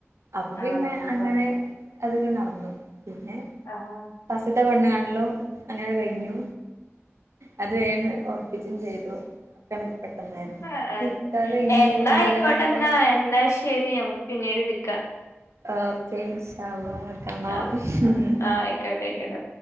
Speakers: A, on the right; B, on the left.
A: അപ്പൊ പിന്നെ
B: ആവുന്നതാ
A: അങ്ങനെ അതൊരു നടന്നു പിന്നെ
B: ആഹ്
A: പസുത്തെ പെണ്ണ് കാണ ലോ അങ്ങന അങ്ങട് കഴിഞ്ഞു അത് വേന്ന് ഉറപ്പിച്ചും ചെയ്തു പെട്ടെന്നായിരുന്നു
B: ആ അതെ
A: നിക്കാഹ് കഴിഞ്ഞ്
B: എന്നാ
A: ഒന്നര
B: ആയിക്കോട്ടെ
A: കൊല്ലത്തോളം
B: എന്നാ എന്നാ ശരി ഞമുക്ക് പിന്നീട് വിക്കാം
A: ഓക്കെ ഇൻഷാള്ളാക്കണം
B: ആഹ് ആഹ് ആയിക്കോട്ടെ ആയിക്കോട്ടെ